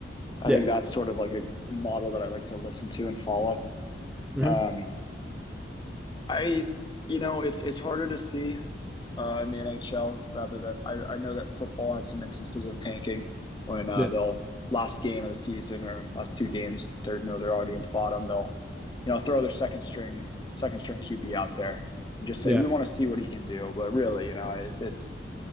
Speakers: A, on the left; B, in the centre.
A: I
B: Yeah.
A: think that's sort of like a model that I like to listen to and follow.
B: Mm-hmm.
A: Um, I you know it's it's harder to see uh, in the NHL rather than I, I know that football has some instances of tanking when uh,
B: Yeah.
A: they'll last game of the season or last two games the third no they're already at the bottom they'll you know throw their second string second string QB out there and just say
B: Yeah.
A: we want to see what he can do but really you know it, it's